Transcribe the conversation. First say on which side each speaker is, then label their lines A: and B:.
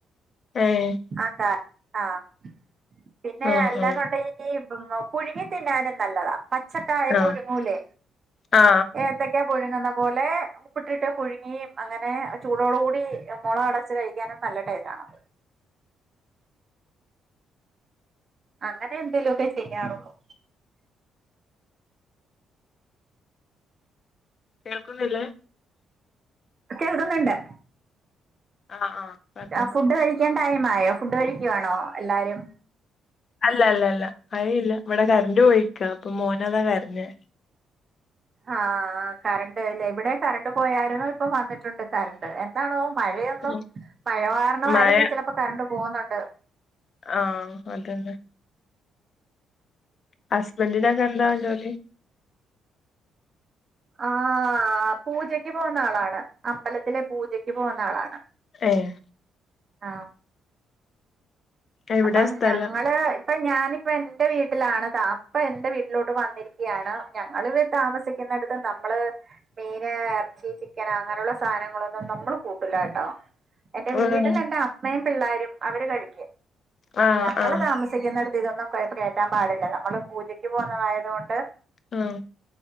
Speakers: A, on the left (about 50°); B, on the right (about 40°).
A: ഏഹ്
B: അതാ ആഹ് പിന്നെ
A: ഉം
B: അല്ലാന്നുണ്ടെങ്കി
A: ഉം
B: പ് പുഴുങ്ങി തിന്നാനും നല്ലതാ. പച്ചക്കായ
A: ആ
B: പുഴുങ്ങൂലേ,
A: ആ ആ
B: ഏത്തക്ക പുഴുങ്ങുന്ന പോലെ. ഉപ്പിട്ടിട്ട് പുഴുങ്ങി അങ്ങനെ അ ചൂടോടു കൂടി മുള അടച്ചു കഴിക്കാനും നല്ലടെ ടേണത്. അങ്ങനെ എന്തെലൊക്കെ ചെയ്യാറുള്ളൂ.
A: കേൾക്കുന്നില്ലേ?
B: കേൾക്കുന്നുണ്ട്,
A: ആ ആ പറഞ്ഞോ
B: ആ ഫുഡ് കഴി കയിക്കാ ടൈമായോ, ഫുഡ് കഴിക്കുവാണോ എല്ലാരും?
A: അല്ലല്ലല്ല മഴയില്ല, ഇവിടെ കറണ്ട് പോയാര്ക്കാണ്. അപ്പൊ മോന്അതാ കരഞ്ഞ്.
B: ആഹ് കറണ്ട് ലേഇവിടെ കറണ്ട് പോയാര്ന്ന്, ഇപ്പംവന്നിട്ടുണ്ട് കറണ്ട്. എന്താണോ മഴയൊന്നും
A: ഉം,
B: മഴ കാരണമായിയിരിക്കും
A: മഴ
B: ചിലപ്പോ കറണ്ട് പോകുന്നുണ്ട്.
A: ആഹ് അതന്നെ ഹസ്ബന്ഡിനെക്കെന്താ ജോലി?
B: ആ പൂജക്ക് പോകുന്ന ആളാണ്, അമ്പലത്തില പൂജക്ക് പോകുന്ന ആളാണ്.
A: ഏഹാ
B: ആഹ്
A: എവിടെ
B: അപ്പം
A: സ്ഥലം
B: ഞങ്ങള് അപ്പ ഞാനിപ്പ എന്റെ വീട്ടിലാണ്ത് അപ്പ എൻന്റെ വീട്ടിലോട്ട് വന്നിരിക്കുകയാണ് ഞങ്ങ താമസിക്കുന്നിടത്ത് നമ്മള് മീന് ഇറച്ചി ചിക്കൻ അങ്ങനെയുള്ള സാധനങ്ങളൊന്നും നമ്മള് കൂട്ടലാട്ടോ എന്റെ വീട്ടിൽ
A: ഉം
B: എന്റെ അമ്മയും പിള്ളോരും അവര് കഴിക്കും
A: ആ
B: ഞങ്ങള്
A: ആ
B: താമസിക്കുന്ന അടുത്ത് ഇതൊന്നും കേയറ്റാൻ പാടില്ല നമ്മള് പൂജയ്ക്ക് പോകുന്നതായത് കൊണ്ട്
A: ഉം